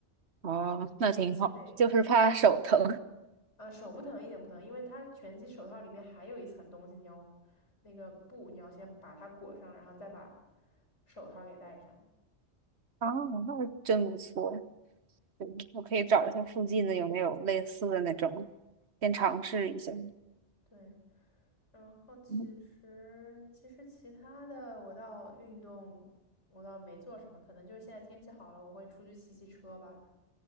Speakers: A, on the right; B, on the left.
A: 哦，
B: 天真得，
A: 那挺好，就是怕手疼。
B: 呃，手不疼一点不疼，因为它拳击手套里面还有一层东西，你要那个布，你要先把它裹上，然后再把手套给戴上。
A: 啊，那真不错。对我可以找一下附近的有没有类似的那种，先尝试一下。
B: 对，然后其实其实其他的我倒运动我倒没做什么，
A: 嗯
B: 可能就是现在天气好了，我会出去骑骑车吧，